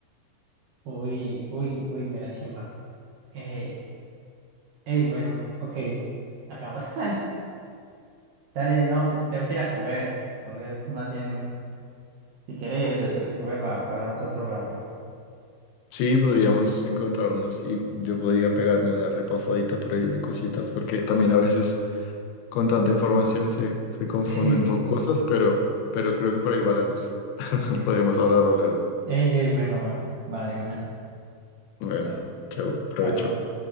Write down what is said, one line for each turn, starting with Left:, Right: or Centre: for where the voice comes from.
Right: uy, uy, uy, mera chimba. Eh, eh, bueno, ok, hagamos <laughs> algo. Dale, no, pues tengo que ir a comer. Entonces, más bien, si querés, después de que vuelva, hablamos otro rato. <laughs>
Left: Sí, podríamos encontrarnos y yo podría pegarme una repasadita por ahí de cositas, porque también a veces con tanta información se, se confunden
Right: Sí, sí, sí,
Left: un poco
Right: sí.
Left: cosas,
Right: sí.
Left: pero, pero creo que por ahí va la cosa. <laughs>
Right: Uy.
Left: Podríamos hablarlo luego.
Right: Ey, ey, bueno, va, va de una.
Left: Bueno,
Right: Bueno,
Left: chao provecho.
Right: chao.